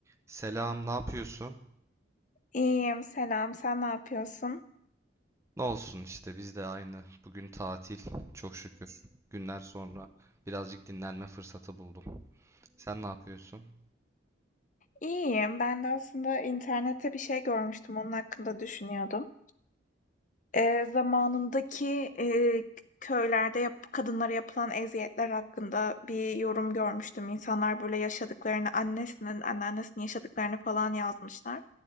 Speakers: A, on the right; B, on the left.
A: Selam, ne yapıyorsun?
B: İyiyim, selam. Sen ne yapıyorsun?
A: Ne olsun işte biz de aynı. Bugün tatil, çok şükür. Günler sonra birazcık dinlenme fırsatı buldum. Sen ne yapıyorsun?
B: İyiyim. Ben de aslında internette bir şey görmüştüm. Onun hakkında düşünüyordum. Ee, zamanındaki e, köylerde yap- kadınlara yapılan eziyetler hakkında bir yorum görmüştüm. İnsanlar böyle yaşadıklarını, annesinin, anneannesinin yaşadıklarını falan yazmışlar.